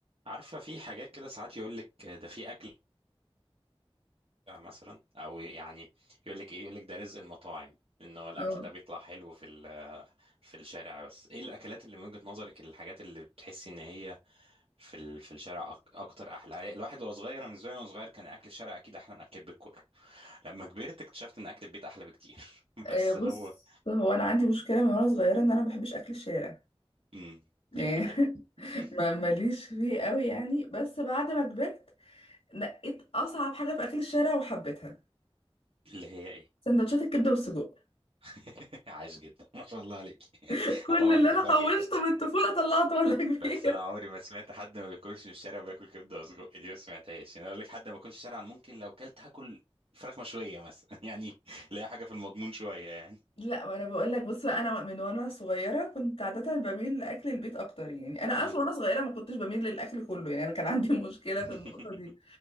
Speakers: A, on the right (about 65°); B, on the left (about 70°).
A: عارفة في حاجات كده ساعات يقول لك ده في أكل مثلا أو يعني يقول لك إيه يقول لك ده رزق المطاعم إن هو الأكل
B: اه
A: ده بيطلع حلو في ال- في الشارع بس إيه الأكلات اللي من وجهة نظرك الحاجات اللي بتحسي إن هي في ال- في الشارع أك- أكتر أحلى الواحد وهو صغير أنا بالنسبة لي وأنا صغير كان أكل الشارع أكيد أحلى من أكل البيت كله لما كبرت اكتشفت إن أكل البيت أحلى بكتير <laughs>
B: آه،
A: بس
B: بص
A: هو
B: هو انا عندي مشكله من وانا صغيره ان انا ما بحبش اكل الشارع
A: امم
B: يعني
A: دي حاجة حلوة
B: <laughs>
A: <laughs>
B: ما ماليش فيه قوي يعني بس بعد ما كبرت نقيت اصعب حاجه في اكل الشارع وحبيتها
A: اللي هي إيه
B: سندوتشات الكبده والسجق
A: <laughs> عاش جدا ما شاء الله عليك <laughs>
B: كل
A: أنا طبعا
B: اللي
A: بحبها
B: انا حوشته
A: جدا
B: من الطفوله طلعته ولا كبير
A: بس انا عمري
B: <laughs>
A: ما سمعت حد ما بياكلش من الشارع وبياكل كبده وسجق دي ما سمعتهاش يعني اقول لك حد ما بياكلش شارعا ممكن لو كلت هاكل فراخ مشويه مثلا <laughs> يعني لا حاجه في المضمون شويه يعني
B: لا ما انا بقول لك بص بقى انا من وانا صغيره كنت عاده بميل لاكل البيت اكتر يعني انا
A: مم.
B: اصلا وانا صغيره ما كنتش بميل للاكل كله يعني انا كان عندي <laughs> مشكله
A: <laughs>
B: في النقطه دي